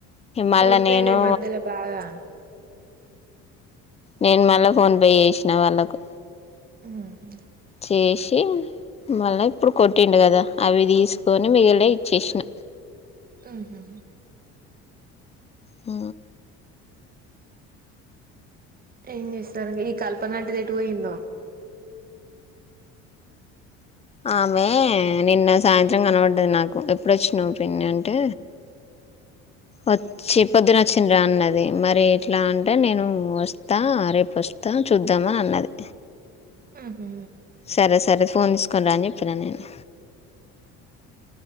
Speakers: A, on the left (about 20°); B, on the right (about 30°).
A: మళ్ళా
B: ఫోన్ పే
A: నేను
B: లె మధ్యలో బాగా
A: నేను మళ్ళ ఫోన్ పే చేసినా వాళ్ళకు
B: మ్
A: చేసి మళ్ళా ఇప్పుడు కొట్టిండు కదా అవి తీస్కొని మిగిలనివి ఇచ్చేసిన
B: ఊహు
A: ఉ
B: ఏం చేస్తారు ఈ కల్పన ఆంటీ ఎటు పోయిందో
A: ఆమే నిన్న సాయంత్రం కనబడ్డది నాకు ఎప్పుడోచ్చినావ్ పిన్ని అంటే వచ్చి పొద్దున వచ్చిం రా అన్నది మరి ఎట్లా అంటే నేను వస్తా రేపు వస్తా చూద్దామ్ అని అన్నది
B: హ్మ్ హు
A: సరే సరే ఫోన్ తీసుకుని రా అని చెప్పినాను నేను